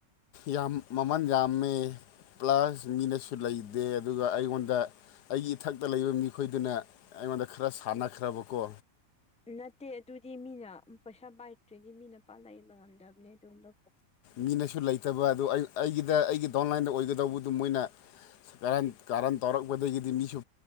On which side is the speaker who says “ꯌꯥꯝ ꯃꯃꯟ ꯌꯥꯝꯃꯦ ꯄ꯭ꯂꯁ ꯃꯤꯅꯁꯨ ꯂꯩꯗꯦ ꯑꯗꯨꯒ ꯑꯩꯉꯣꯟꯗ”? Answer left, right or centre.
Left